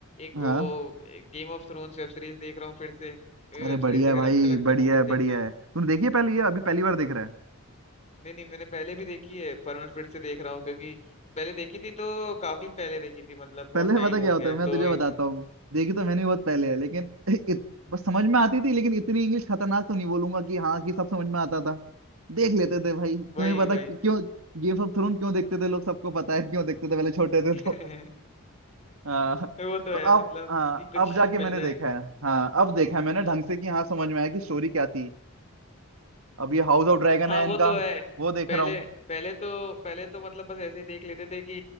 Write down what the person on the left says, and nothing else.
एक
वो Game of Thrones web series देख रहा हूँ फिर से वेब
सीरीज
वगैरह
अच्छा लगता
है मूवीज
देखना
नहीं नहीं मैंने पहले भी देखी है पर मैं फिर से देख रहा हूँ क्योंकि पहले देखी थी तो काफी पहले देखी थी मतलब बहुत
टाइम
हो
गया
है
तो
एक
हम्म,
वही
वही
<laughs>
वो तो
है
मतलब
कि कुछ
मिल
जाए
हम्म
हाँ
वो तो है
पहले
पहले तो पहले तो मतलब बस ऐसे ही देख लेते थे कि